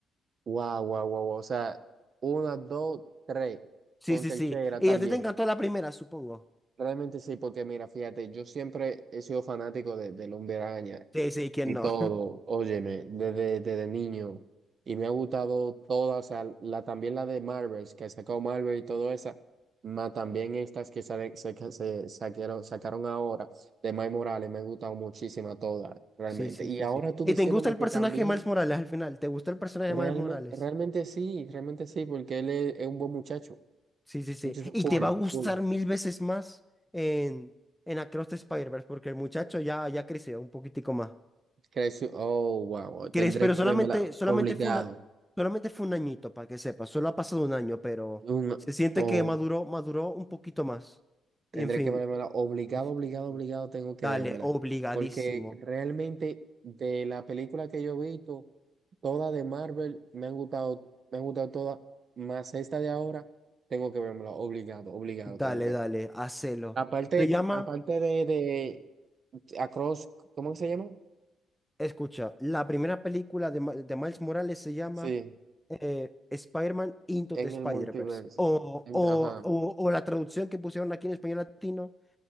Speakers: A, on the right; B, in the centre.
A: Guau, guau, guau, guau. O sea, una, dos, tres,
B: Sí,
A: con
B: sí,
A: tercera
B: sí. Y
A: también.
B: a ti te encantó la primera, supongo.
A: Realmente sí, porque mira, fíjate, yo siempre he sido fanático de, del Hombre Araña
B: Sí, sí, ¿quién
A: Y
B: no?
A: todo, óyeme, desde, desde niño. Y me ha gustado todas, o sea, la, también la de Marvels, que sacó Marvel y todo esa, más también estas que sale- se, que se saquieron- sacaron ahora de Miles Morales, me ha gustado muchísimo todas, realmente.
B: Sí, sí,
A: Y
B: sí,
A: ahora
B: sí.
A: tú
B: ¿Y
A: diciéndome
B: te gusta el
A: que
B: personaje
A: también,
B: de Miles Morales al final? ¿Te gusta el personaje
A: realmente,
B: de Miles Morales?
A: realmente sí, realmente sí, porque él es, es un buen muchacho.
B: Sí, sí, sí.
A: Muchacho
B: Y
A: cool,
B: te va a gustar
A: cool.
B: mil veces más en, en Across the Spider-Verse, porque el muchacho ya, ya creció un poquitico más.
A: Creció, oh, wow, tendré
B: ¿Crees? Pero
A: que
B: solamente,
A: verla
B: solamente
A: obligado.
B: fue una, solamente fue un añito, para que sepas. Solo ha pasado un año, pero
A: Un,
B: se siente
A: oh,
B: que maduró, maduró un poquito más.
A: Tendré
B: En fin.
A: que vérmela. Obligado,
B: Sí, sí,
A: obligado,
B: sí, sí.
A: obligado tengo que
B: Dale,
A: vérmela.
B: obligadísimo.
A: Porque realmente de la película que yo he visto, todas de Marvel me han gustado, me han gustado todas, más esta de ahora, tengo que vérmela. Obligado, obligado
B: Dale,
A: tengo que
B: dale,
A: ver.
B: hacelo.
A: Aparte,
B: Se llama
A: aparte de, de Across, ¿cómo que se llama?
B: Escucha, la primera película de, Ma- de Miles Morales se llama
A: Sí,
B: eh, Spider-Man Into
A: en
B: the Spider-Verse.
A: el multiverso.
B: O,
A: En-
B: o,
A: ajá.
B: o- o la traducción que pusieron aquí en español latino,